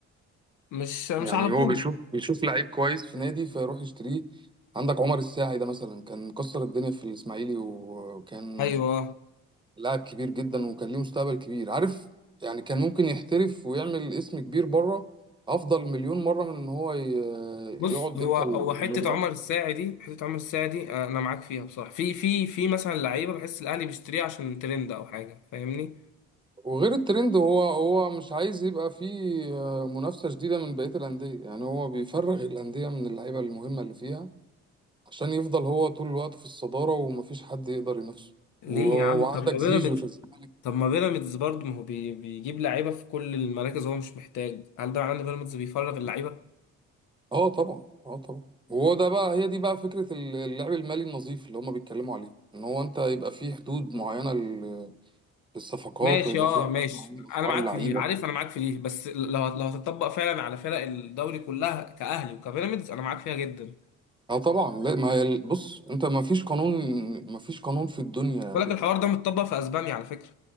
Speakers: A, on the left; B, on the right.
A: مش مش
B: يعني
A: على طول
B: هو بيشوف بيشوف لعيب كويس في نادي فيروح يشتريه عندك عمر الساعي ده مثلا كان مكسر الدنيا في الاسماعيلي و- وكان
A: ايوه
B: لاعب كبير جدا وكان ليه مستقبل كبير عارف يعني كان ممكن يحترف ويعمل اسم كبير بره افضل مليون مره من ان هو ي-
A: بص
B: يقعد دكه
A: هو هو
B: في
A: حته
B: النادي الاهلي
A: عمر الساعي دي حته عمر الساعي دي آه، انا معاك فيها بصراحه في في في مثلا لعيبه بحس الاهلي بيشتريها عشان ترند او حاجه فاهمني
B: وغير الترند هو هو مش عايز يبقى فيه آه، منافسة شديدة من بقية الأندية يعني هو بيفرغ الأندية من اللعيبة المهمة اللي فيها عشان يفضل هو طول الوقت في الصدارة ومفيش حد يقدر ينافسه
A: ليه
B: و-
A: يا عم
B: وعندك
A: طب ما بيراميدز
B: زيزو في الزمالك
A: طب ما بيراميدز برضه ما هو بي بيجيب لعيبه في كل المراكز هو مش محتاج هل ده معناه ان بيراميدز بيفرغ اللعيبه
B: اه طبعا اه طبعا وهو ده بقى هي دي بقى فكرة ال- اللعب المالي النظيف اللي هما بيتكلموا عليه ان هو انت يبقى فيه حدود معينة لل- للصفقات
A: ماشي
B: ويبقى
A: اه
B: فيه حدود
A: ماشي
B: معينة لأسعار
A: انا معاك
B: اللعيبة
A: في دي عارف انا معاك في دي بس لو لو هتطبق فعلا على فرق الدوري كلها كاهلي وكبيراميدز انا معاك فيها جدا
B: اه طبعا لا ما هي ال- بص انت ما فيش قانون ما فيش قانون في الدنيا
A: ولكن الحوار ده متطبق في اسبانيا على فكره